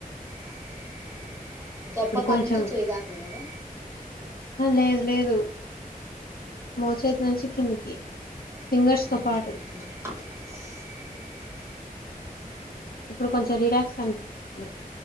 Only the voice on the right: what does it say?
<inaudible> జబ్బకాణించి
చేయిదాక కదా
<inaudible>